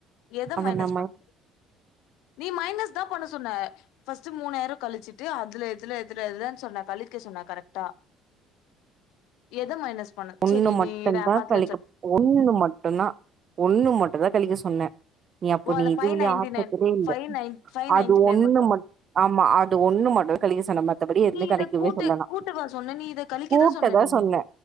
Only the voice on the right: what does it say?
அத
நா
ஒண்ணு
மட்டுந்தா
கழிக்க
ஒண்ணு மட்டுந்தா ஒண்ணு மட்டுந்தா கழிக்க சொன்னே நீ அப்ப
நீ
இது
வலியா
ஆட் பண்ணவே
இல்ல
அது
ஒண்ணு
மட் ஆமா அது ஒண்ணு மட்டு கழிக்க சொன்ன மத்தபடி எதுமே
கழிக்கவே
சொல்ல நா
கூட்டதா
சொன்ன